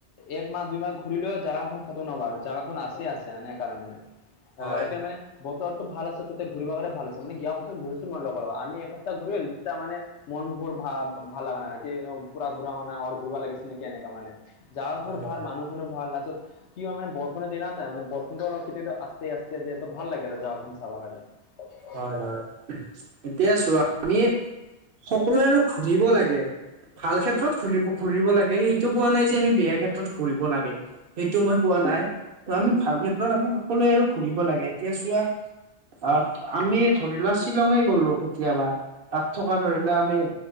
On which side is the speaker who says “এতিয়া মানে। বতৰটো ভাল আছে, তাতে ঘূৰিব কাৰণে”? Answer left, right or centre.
Left